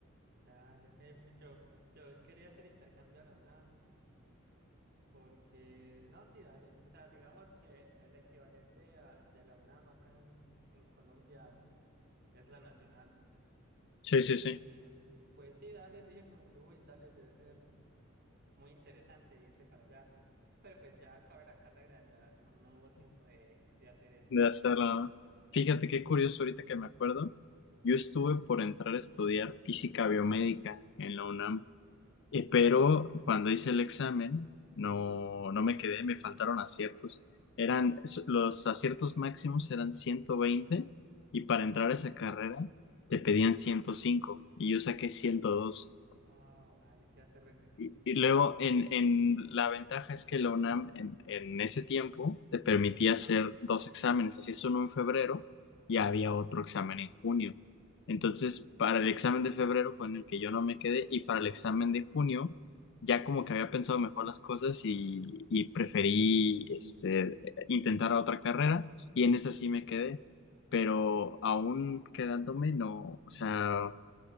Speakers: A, on the right; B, on the left.
A: Dale, ok, porque yo, yo quería hacer intercambio a la UNAM Porque, no, sí, dale. O sea, digamos que el equivalente a- de la UNAM acá en, en Colombia es la Nacional. Y
B: Sí, sí, sí.
A: pues sí, dale, dije como que, uy, dale, debe ser muy interesante irse para allá. Pero pues ya acabé la carrera, ya no, no hubo tiempo de, de hacer eso.
B: de hacerla. Fíjate qué curioso ahorita que me acuerdo. Yo estuve por entrar a estudiar física biomédica en la UNAM, eh, pero cuando hice el examen no, no me quedé, me faltaron aciertos. Eran,
A: Mm.
B: s- los aciertos máximos eran 120 y para entrar a esa carrera te pedían 105 y yo saqué 102
A: Ah, dale, ¿qué hace Repequicho?
B: y, y luego, en, en la ventaja es que la UNAM en, en ese tiempo te permitía hacer dos exámenes, así es uno en febrero y había otro examen en junio. Entonces,
A: Mm.
B: para el examen de febrero fue en el que yo no me quedé y para el examen de junio ya como que había pensado mejor las cosas y, y preferí este, intentar otra carrera y en esa sí me quedé, pero aún quedándome no, o sea